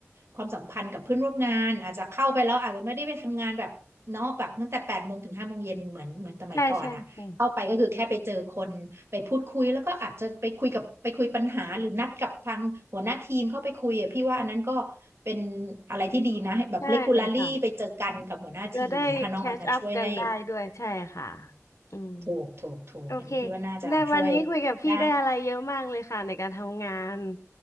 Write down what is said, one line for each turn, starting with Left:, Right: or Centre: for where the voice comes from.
Right: ความสัมพันธ์กับเพื่อนร่วมงานอาจจะเข้าไปแล้วอาจจะไม่ได้ไปทำงานแบบเนาะแบบตั้งแต่แปดโมงถึงห้าโมงเย็นเหมือนเหมือนสมัยก่อนอ่ะเข้าไปก็คือแค่ไปเจอคนไปพูดคุยแล้วก็อาจจะไปคุยกับไปคุยปัญหาหรือนัดกับทางหัวหน้าทีมเข้าไปคุยอ่ะพี่ว่าอันนั้นก็
Left: ใช่ใช่ใช่
Right: เป็นอะไรที่ดีนะให้แบบ
Left: ใช่ค่ะ
Right: regularly ไปเจอกันกับหัวหน้าทีมอย่างเงี้ยค่ะน้องอาจจะช่วยให้
Left: จะได้แคชอัพกันได้ด้วยใช่ค่ะอืม
Right: ถูกถูกถูกอันนี้พี่ว่าน่าจะช่วย
Left: โอเคได้วันนี้คุยกับพี่ได้อะไรเยอะมากเลยค่ะในการทำงาน
Right: ได้